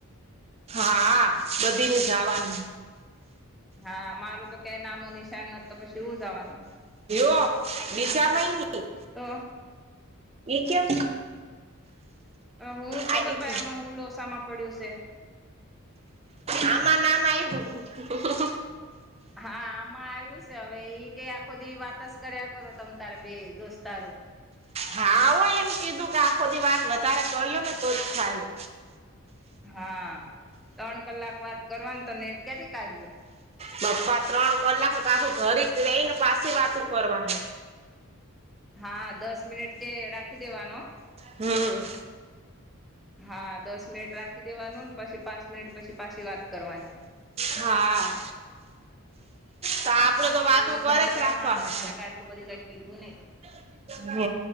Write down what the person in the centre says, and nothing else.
હા મારું તો ક્યા નામો નિશાન નથી તો પછી હુ જવાનુ
તો
હુ ખબર
ભાઈ આમાં હુ લોસામાં પડ્યું છે.
હા આમાં આવ્યું છે, હવે ઈ કે આખો દી વાતજ કર્યા કરો તમે તારા બે દોસ્તારો
હા ત્રણ કલાક વાત કરવાનું તો નેટ ક્યાંથી કાઢવુ.
હા દસ મિનિટ કે રાખી દેવાનો
હા દસ મિનિટ રાખી દેવાનો ને પછી પાંચ મિનિટ પછી પાછી વાત કરવાની
હા
હવે
ઈ
ઘાય
ધાયમા
હતા તો મને કઈ આટલું બધ કઈ કીધું નઈ